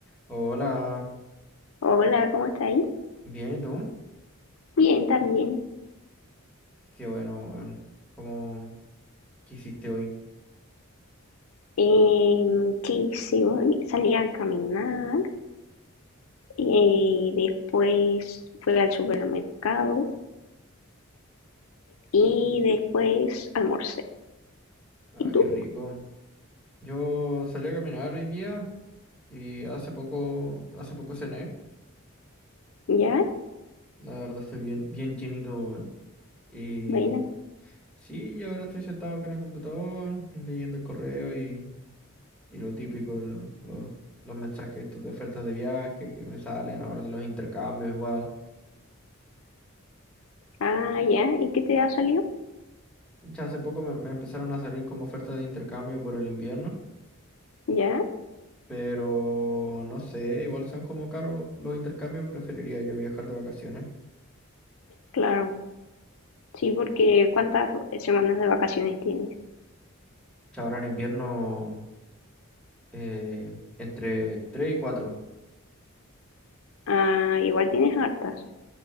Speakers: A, in the centre; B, on the left.
A: Hola,
B: Hola, ¿cómo estáis?
A: bien, ¿y tú?
B: Bien, también.
A: Qué bueno, weón. ¿Cómo qué hiciste hoy?
B: Em, ¿qué hice hoy? Salí a caminar, eh, después fui al supermercado y después almorcé.
A: Ah,
B: ¿Y tú?
A: qué rico. Yo salí a caminar hoy día y hace poco, hace poco cené.
B: ¿Ya?
A: La verdad estoy bien, bien llenito, weón. Y
B: Buena.
A: sí, y ahora estoy sentado acá en el computador, leyendo el correo y, y lo típico, lo- lo- los mensajes estos de ofertas de viaje que me salen ahora de los intercambios igual.
B: Ah, ya. ¿Y qué te ha salido?
A: Ya hace poco me, me empezaron a salir como ofertas de intercambio por el invierno.
B: ¿Ya?
A: Pero no sé, igual son como caros los intercambios, preferiría yo viajar de vacaciones.
B: Claro. Sí, porque ¿cuántas semanas de vacaciones tienes?
A: Ahora en invierno eh, entre 3 y cuatro
B: Ah, igual tienes hartas.